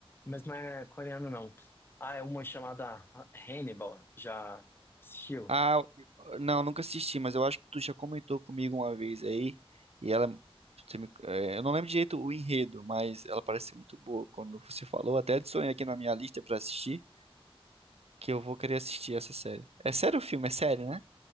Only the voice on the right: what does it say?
Ah, não, nunca assisti, mas eu acho que tu já comentou comigo uma vez aí. E ela. você me- é, eu não lembro direito o enredo, mas ela parece ser muito boa. Quando você falou, até adicionei aqui na minha lista pra assistir, que eu vou querer assistir essa série. É sério o filme? É sério, né?